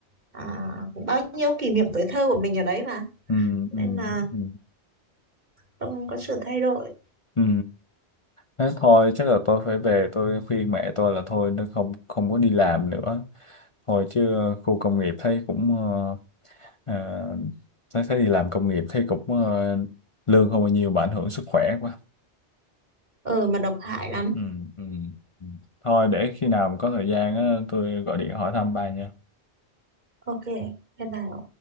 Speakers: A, on the right; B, on the left.
A: à, bao nhiêu kỷ niệm tuổi thơ của mình ở đấy mà
B: ừ,
A: nên
B: ừ,
A: là
B: ừ,
A: không có sự thay đổi
B: ừ. Thế thôi chắc là tôi phải về tôi khuyên mẹ tôi là thôi nó không không có đi làm nữa thôi chứ ờ, khu công nghiệp thấy cũng ờ, ờ, thấy thấy đi làm công nghiệp thấy cũng ờ, lương không bao nhiêu mà ảnh hưởng sức khỏe quá
A: ờ mà độc hại lắm
B: ừ, ừ. ừ. Thôi để khi nào mà có thời gian á, tôi gọi điện hỏi thăm ba nha
A: ok bye bye